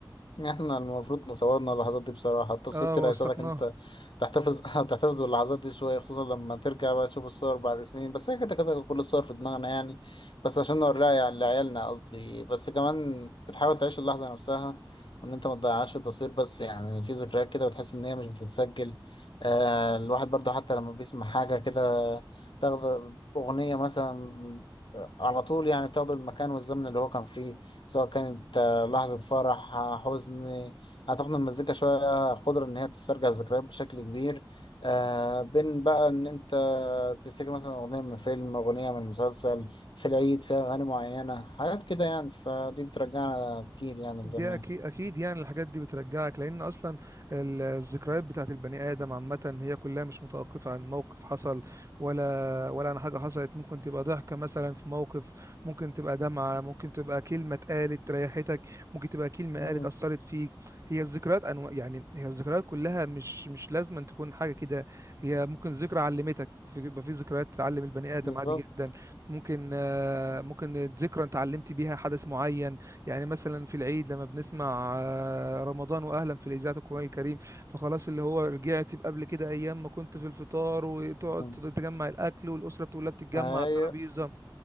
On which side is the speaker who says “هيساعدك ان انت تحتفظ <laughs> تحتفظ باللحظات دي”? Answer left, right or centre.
Left